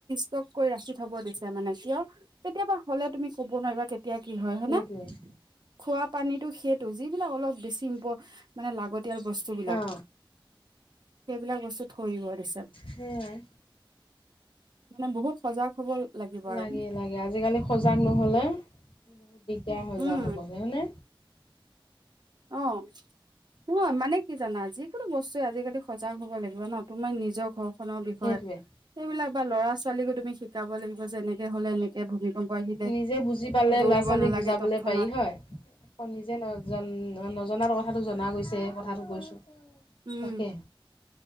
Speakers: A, on the right; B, on the left.
A: যোৰ কৈ ৰাখি থব দিছে মানে। কিয় কেতিয়াবা হ'লে তুমি কব নোৱাৰিবা কেতিয়া কি হয় নে।
B: সেইটোৱেই।
A: খোৱা পানীটো সেইটো যিবিলাক অলপ বেছি ইমপ মানে লাগতি তেওঁৰ বস্তুবিলাক
B: অ
A: সেইবিলাক বস্তু থইদিব আৰু-
B: সেইয়াই।
A: মানে বহুত সজাগ হ'ব লাগিব আৰু
B: লাগে লাগে আজিকালি সজাগ নহলে দিগদাৰ। এতিয়া হৈ
A: উম
B: যোৱা হ'ব নে।
A: অ নহয় মানে- কি জানা যিকোনো বস্তুৱে আজিকালি সজাগ হ'ব লাগিব ন, তুমি নিজক হওক। ঘৰখনৰ বিষয়ে
B: সেইটোৱে
A: সেইবিলাক বা ল'ৰা ছোৱালী ছোৱালীকো তুমি শিকাব লাগিব যে, এনেকে হ'লে এনেকে, ভূমিকম্প আহিলে
B: নিজে বুজি পালে
A: দৌৰিব
B: ল'ৰা ছোৱালীক
A: নালাগে
B: বুজাবলৈ
A: তৎক্ষণা
B: পাৰি হয় আকৌ নিজে নজনা- নজনাৰ কথাটো জনা গৈছে কথাটো কৈছোঁ
A: উম
B: তাকে